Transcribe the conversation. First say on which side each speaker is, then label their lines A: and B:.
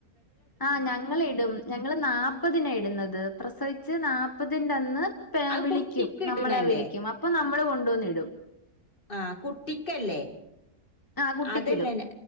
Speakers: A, on the left; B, on the left.
A: ആ ഞങ്ങൾ ഇടും ഞങ്ങള് നാപ്പതിനാ ഇടുന്നത് പ്രസവിച്ച് നാ പ്പതിൻ്റെ അന്ന് പെ
B: അത്
A: വിളിക്കും
B: കുട്ടിക്ക്
A: നമ്മളെ
B: ഇട്ണല്ലേ?
A: വിളിക്കും അപ്പൊ ന നമ്മള് കൊണ്ടുവന്നിടും
B: ആ കുട്ടിക്കല്ലേ
A: ആഹ് കുട്ടിക്കിടും.
B: അതല്ല ന